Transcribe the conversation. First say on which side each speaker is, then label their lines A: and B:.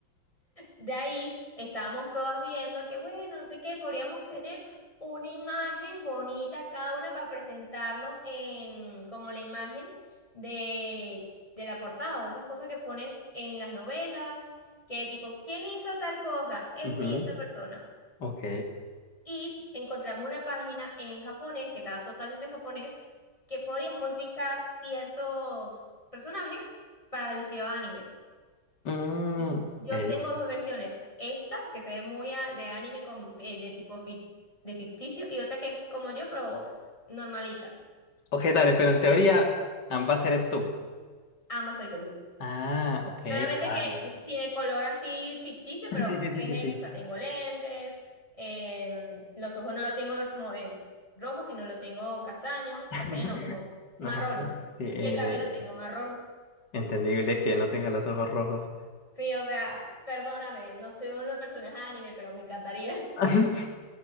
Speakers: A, on the left (about 15°); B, on the left (about 60°).
A: De ahí estábamos todas viendo que, bueno, no sé qué, podríamos tener una imagen bonita cada una para presentarnos en como la imagen de, de la portada o esas cosas que ponen en las novelas, que tipo, ¿quién hizo tal cosa? Este
B: Ujú.
A: y esta persona.
B: Ok.
A: Y encontramos una página en japonés, que estaba totalmente en japonés, que podías modificar ciertos personajes para el estilo anime.
B: Mm,
A: Y
B: ok.
A: yo tengo dos versiones. Esta, que se ve muy a- de anime con, eh, de tipo fi- de ficticio, y otra que es como yo, pero normalita.
B: Ok, dale, pero en teoría ambas eres tú.
A: Ambas soy yo.
B: Ah, ok,
A: Solamente
B: dale.
A: que tiene color así ficticio, pero
B: <laughs> Sí, sí,
A: es
B: sí, sí. sí.
A: eso, o sea, tengo lentes, em, los ojos no los tengo mo- em, rojos, sino lo tengo castaño,
B: <laughs>
A: castaño no, como marrones.
B: No, sí, eh,
A: Y el cabello lo tengo marrón.
B: entendible que no tenga los ojos rojos.
A: Sí, o sea, perdóname, no soy una persona de anime, pero me encantaría.
B: <laughs>